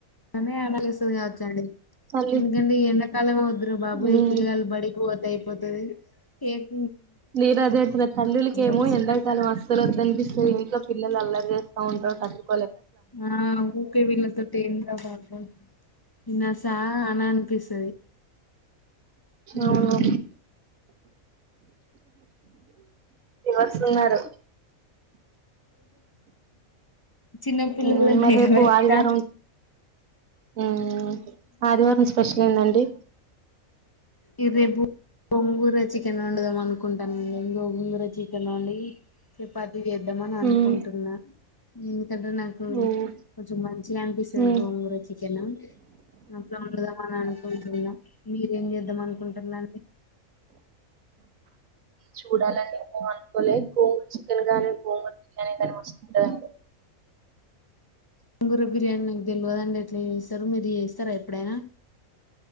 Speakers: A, on the left; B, on the right.
A: అనే <unintelligible> కావచ్చండి
B: తల్లి
A: ఎందుకంటే ఈ ఎండాకాలం వద్దురా బాబు
B: ఉమ్
A: ఈ పిల్లగాలు బడికి పో అయిపోతది ఫేక్
B: నేనదే అంటున్న తల్లిలకి ఏమో
A: వచ్చి
B: ఎండాకాలం అస్సలు వద్దనిపిస్ <unintelligible> ఇంట్లో పిల్లలు అల్లరి చేస్తా ఉంటారు క
A: ఆ ఊకే వీళ్ళతోటి ఏంది రా బాబోయ్ ఈ నాసా అని అనిపిస్తది ఉమ్
B: అవును ఏస్తున్నారు
A: చిన్న పిల్లలనే
B: ఉమ్ మరి రేపు
A: కదా
B: ఆదివారం
A: ఇంకా
B: ఊ ఆదివారం స్పెషల్ ఏందండి
A: ఇ రేబు గోంగూర చికెన్ వండుదాం అనుకుంటున్న ఒంగుర ఒంగుర చికె <unintelligible> చపాతిీ చేద్దాం అని అనుకుంటున్నా
B: ఉమ్
A: ఉ కంటె నాకు
B: ఉమ్
A: కొంచెం మంచిగా అనిపిస్తది
B: ఉమ్
A: గోంగూర చికెను అట్లా వండుదాం అనుకుంటున్న మీరేం చేద్దాం అనుకుంటున్ అండి
B: చూడాలండి ఏం అనుకోలే గోంగూర చికెన్ గానీ గోంగూర బిర్యానీ గాని మస్తుంటదండి
A: గోంగూర బిర్యానీ నాక్ తెల్వదండీ ఎట్లా చేస్తారో మీరు చేస్తారా ఎప్పుడైనా